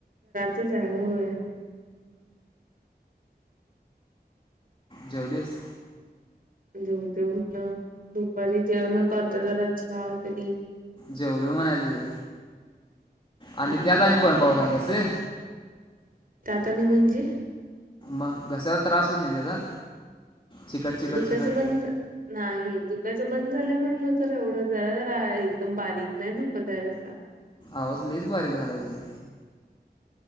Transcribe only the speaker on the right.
तुज हाय होय.
जेवतोय कुठलं दुपारी जेवाय नकतो आता जरा चहा तेनी --
नाही
त्यात आणि म्हणजे
दुखाचं
बंद नाही दुखायचं बंद झालंय म्हटलं तर एवढं जसजरा हाय एकदम बारिक नाही दुखत हाय घसा.